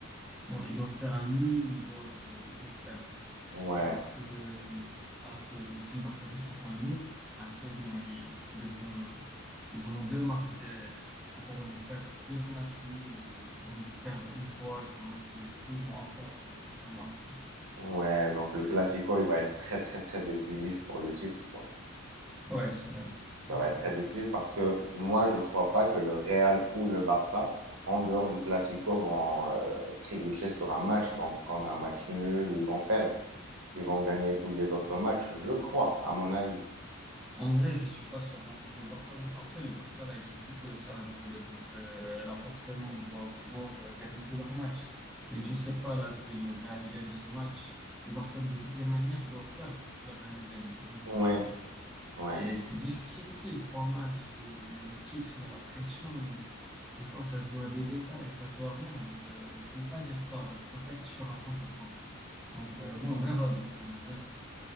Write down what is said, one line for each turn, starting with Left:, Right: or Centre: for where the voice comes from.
Centre: font- ils doivent faire un nul ou ils doivent, euh, ils doivent perdre.
Right: Ouais,
Centre: Alors que, alors que le- si le Barça juste ils font un nul, ah, c'est bon, ils, ils devront, ils auront deux marches, de, ils pourront faire deux matchs nuls ou ils pourront perdre une fois et faire un match nul. Du coup, ils auront encore euh, la marche. quoi.
Right: ouais, donc le Classico, il va être très, très, très décisif pour le titre, quoi.
Centre: Ouais, c'est vrai. Ouais,
Right: Ça
Centre: c'est
Right: va être
Centre: ça.
Right: très décisif parce que moi, je crois pas que le Real ou le Barça, en dehors du Classico, vont euh, trébucher sur un match, vont prendre un match nul ou ils vont perdre. Ils vont gagner tous les autres matchs, je crois, à mon avis.
Centre: En vrai, je suis pas sûr là avec le Barça. Bon, après le Barça là, ils sont plus que ça à jouer, donc euh, là forcément ils doivent, ils doivent euh, gagner tous leurs matchs. Mais tu sais pas là si le Real il gagne ce match, le Barça de toutes les manières ils doivent perdre pour que le Real il gagne. Donc
Right: Ouais,
Centre: euh,
Right: ouais.
Centre: Et c'est difficile, trois matchs où il y a le titre, il y a la pression. Des fois, ça se joue à des détails, ça se joue à rien. Donc, euh, tu peux pas dire ça. Tu peux pas être sûr à cent pour cent Donc, euh, bon, on verra de toutes les manières.